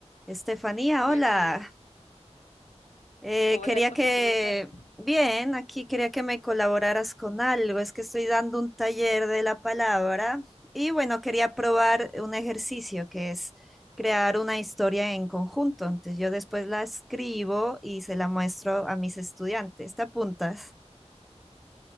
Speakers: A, in the centre; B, on the left (about 80°).
A: Estefanía,
B: Buenas.
A: hola. Eh,
B: Hola,
A: quería
B: Sofi,
A: que,
B: ¿cómo estás?
A: bien, aquí quería que me colaboraras con algo. Es que estoy dando un taller de la palabra y bueno, quería probar un ejercicio que es crear una historia en conjunto. Entonces yo después la escribo y se la muestro a mis estudiantes. ¿Te apuntas?